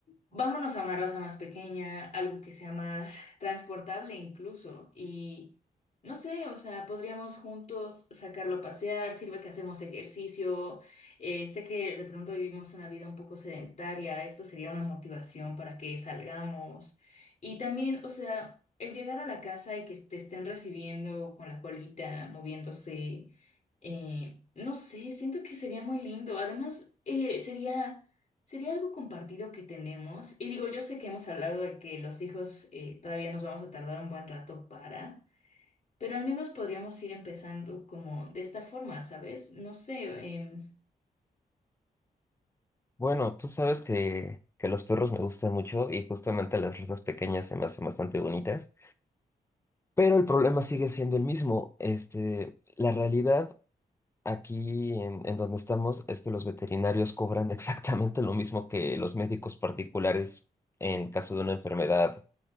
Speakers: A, on the left; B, on the left.
A: Vámonos a una raza más pequeña, algo que sea más <laughs> transportable incluso. Y no sé, o sea, podríamos juntos sacarlo a pasear, sirve que hacemos ejercicio. eh, sé que de pronto vivimos una vida un poco sedentaria, esto sería una motivación para que salgamos. Y también, o sea, el llegar a la casa y que te estén recibiendo con la colita, moviéndose, eh, no sé, siento que sería muy lindo. Además, eh, sería... Sería algo compartido que tenemos. Y digo, yo sé que hemos hablado de que los hijos eh, todavía nos vamos a tardar un buen rato para, pero al menos podríamos ir empezando como de esta forma, ¿sabes? No sé, em,
B: Bueno, tú sabes que, que los perros me gustan mucho y justamente las razas pequeñas se me hacen bastante bonitas. Pero el problema sigue siendo el mismo. Este, la realidad Aquí en, en donde estamos es que los veterinarios cobran <laughs> exactamente lo mismo que los médicos particulares en caso de una enfermedad